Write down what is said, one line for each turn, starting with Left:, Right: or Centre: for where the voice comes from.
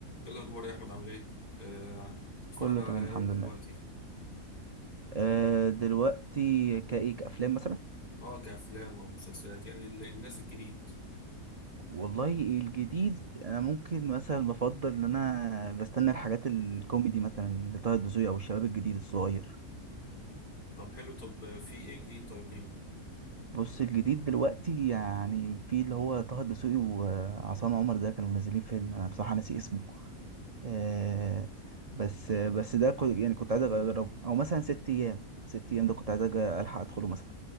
Left: ايه الاخبار يا احمد عامل ايه آه، تتفرج
Right: كله
Left: على
Right: تمام الحمد
Left: ايه دلوقتي
Right: لله أه دلوقتي كايك افلام مثلا
Left: اه كافلام او مسلسلات يعني ال- الناس الجديد
Right: والله الجديد انا ممكن مثلا بفضل ان انا بستنى الحاجات الكوميدي مثلا لطه الدسوقي او الشباب الجديد الصغير
Left: طب حلو طب في ايه جديد طيب ليه
Right: بص الجديد دلوقتي يعني في اللي هو طه الدسوقي وعصام عمر ده كانوا منزلين فيلم انا بصراحة ناسي اسمه أه بس بس ده كو- يعني كنت عايز اجربه او مثلا ست ايام ست ايام ده كنت عايز أج- الحق ادخله مثلا